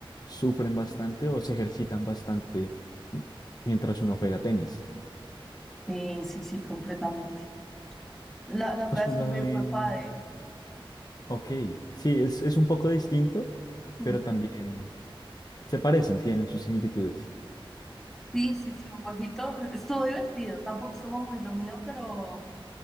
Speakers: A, on the left; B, in the centre.
A: sufren bastante o se ejercitan bastante m- mientras uno juega tenis.
B: sí, sí, sí, completamente. La, la otra
A: ¿Has jugado
B: vez jugué fue
A: en...?
B: pádel.
A: Ok, sí, es, es un poco distinto,
B: Mm.
A: pero también se parecen, tienen sus similitudes.
B: Sí, sí, sí, un poquito. Estuvo divertido. Tampoco es como muy lo mío, pero